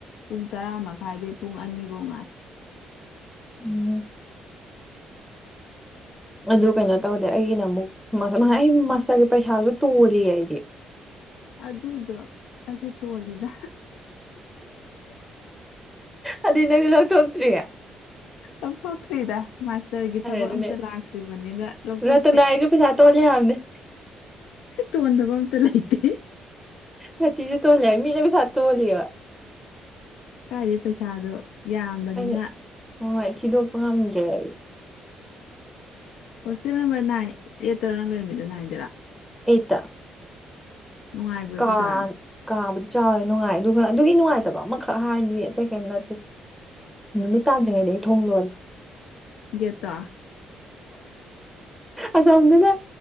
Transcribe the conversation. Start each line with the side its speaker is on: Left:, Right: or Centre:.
Left: ꯄꯨꯡ ꯇꯔꯥ ꯃꯈꯥꯏꯗ ꯄꯨꯡ ꯑꯅꯤꯐꯧ ꯉꯥꯏ
Centre: <inaudible> ꯎꯝ ꯑꯗꯨ ꯀꯩꯅꯣ ꯇꯧꯗꯦ ꯑꯩꯒꯤꯅ ꯑꯃꯨꯛ ꯑꯩ ꯃꯥꯁꯇꯔꯒꯤ ꯄꯩꯁꯥꯁꯨ ꯇꯣꯜꯂꯤꯌꯦ ꯑꯩꯗꯤ <inaudible>
Left: ꯑꯗꯨꯗ ꯑꯗꯨ ꯑꯁ ꯇꯒꯂꯗ
Centre: ꯑꯗꯨꯗ ꯅ ꯂꯀ ꯍꯇ꯭ꯔꯤꯒ
Left: ꯑꯣ ꯇ꯭ꯔꯤꯗ ꯃꯥꯁꯇꯔꯒꯤ ꯊꯕꯛ
Centre: ꯑꯗꯨꯅꯦ
Left: ꯑꯝꯇ ꯂꯥꯛꯇ꯭ꯔꯤꯕꯅꯤꯅ ꯂꯧꯊꯣꯛꯀꯦ
Centre: ꯔꯇꯅꯥ ꯑꯩꯁꯨ ꯄꯩꯁꯥ ꯇꯣꯜꯂꯤ ꯍꯥꯏꯕꯅꯦ
Left: ꯇꯣꯗꯕꯝꯇ ꯂꯩ ꯂꯩꯇꯦ
Centre: ꯅ ꯆꯤꯁꯨꯦ ꯊꯣꯂꯦ ꯃꯤꯅꯦꯕꯤ ꯁꯥꯠ ꯊ ꯍꯣꯜꯂꯤꯕ
Left: ꯀꯥꯏꯗ ꯄꯩꯁꯥꯗꯣ ꯌꯥꯝꯕꯅꯤꯅ
Centre: ꯑꯩ ꯍꯣꯏ ꯊꯤꯗꯣꯛꯄ ꯉꯝꯗ꯭ꯔꯦ ꯑꯩ
Left: ꯍꯣꯁꯇꯦꯜ ꯅꯝꯕꯔ ꯅꯥꯏꯟ ꯑꯦꯠꯠꯇꯧꯔꯣ ꯅꯪ ꯂꯩꯔꯃꯤꯗ ꯍꯥꯏꯗꯔꯥ
Centre: ꯌꯦꯇ
Left: ꯅꯨꯡꯉꯥꯏꯕ꯭ꯔꯣ
Centre: ꯀꯥ
Left: ꯑꯗꯨꯗꯣ
Centre: ꯀꯥ ꯆꯥꯎꯋꯦ ꯅꯨꯡꯉꯥꯏ ꯑꯗꯨꯒ ꯑꯗꯨꯒꯤ ꯅꯨꯡꯉꯥꯏꯇꯕ ꯑꯃꯈꯛ ꯍꯥꯏꯕꯤꯌꯦ ꯑꯇꯩ ꯀꯩꯝ ꯅꯠꯇꯦ ꯅꯨꯃꯤꯠ ꯇꯥꯟꯗ꯭ꯔꯤꯉꯩꯗ ꯑꯩ ꯊꯣꯡ ꯂꯣꯜꯂꯦ
Left: ꯒꯦꯠꯇꯣ
Centre: ꯑꯁꯥ ꯍꯅꯅ